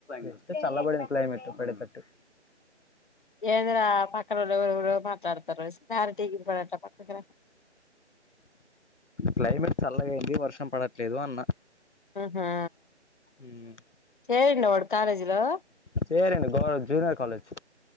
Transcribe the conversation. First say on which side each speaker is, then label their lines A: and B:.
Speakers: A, on the left; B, on the left.
A: జస్ట్ చల్ల పడింది క్లైమేటు పడే తట్టు
B: ఏంద్రా పక్కనోళ్లు ఎవరెవరో మాట్లాడుతుర్రు క్లారిటీ గా ఇనపడట్లే పక్కకి రా
A: క్లైమేట్ చల్లగాయింది వర్షం పడట్లేదు అన్న
B: ఆహా
A: ఉమ్.
B: చేరిండా వాడు కాలేజీలో
A: చేరిండు బ్రో జూనియర్ కాలేజ్